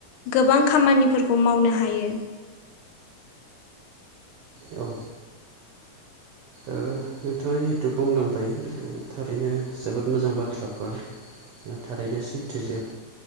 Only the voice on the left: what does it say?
गोबां खामानिफोरखौ मावनो हायो।